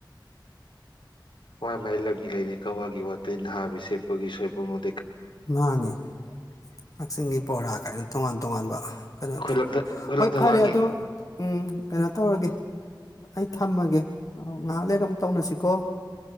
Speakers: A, on the left; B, on the left.
A: ꯍꯣꯏ ꯃꯥꯏꯂ ꯂꯩꯅꯦ ꯀꯋꯥꯒꯤ ꯋꯥꯠꯇꯅ ꯍꯥꯏꯕꯁꯤ ꯁꯄꯒꯤ ꯁꯣꯏꯜꯄ ꯃ
B: ꯃꯥꯅꯦ ꯀꯛꯆꯤꯡꯒꯤ ꯄꯕꯣꯔꯥ ꯀꯥꯏꯅ ꯇꯣꯉꯥꯟ ꯇꯣꯉꯥꯟꯕ ꯀꯩꯅꯣꯗ
A: ꯑꯩꯈꯣꯏ ꯂꯪꯊ ꯑꯩꯈꯣꯏ
B: ꯍꯣꯏ
A: ꯂꯪꯊꯕꯥꯜꯒꯤ
B: ꯐꯔꯦ ꯑꯗꯣ ꯎꯝ ꯀꯩꯅꯣ ꯇꯧꯔꯒꯦ ꯑꯩ ꯊꯝꯃꯒꯦ ꯉꯥꯏꯍꯥꯛ ꯂꯩꯦꯛꯒ ꯑꯃꯨꯛ ꯇꯧꯅꯁꯤꯀꯣ